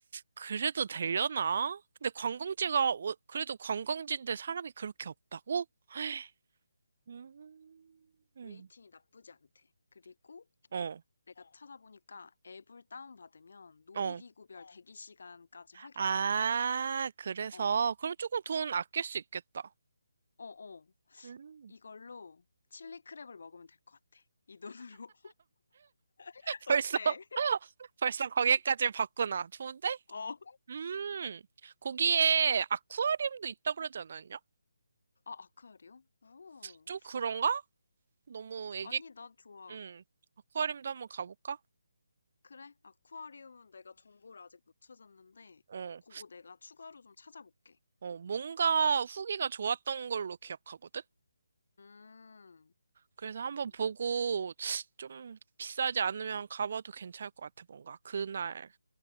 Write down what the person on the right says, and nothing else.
그래도 되려나? 근데 관광지가, 어, 그래도 관광지인데 사람이 그렇게 없다고? <gasps> <sighs> 음,
어,
어.
아,
그래서,
그럼 조금 돈 아낄 수 있겠다.
음.
벌써?
<laughs> 벌써 거기까지 봤구나. 좋은데?
음, 거기에 아쿠아리움도 있다고 그러지 않았냐?
좀 그런가? 너무 애기,
음, 아쿠아리움도 한번 가볼까?
어,
어, 뭔가 후기가 좋았던 걸로 기억하거든?
그래서
한번
보고 좀 비싸지 않으면 가봐도 괜찮을 것 같아, 뭔가. 그날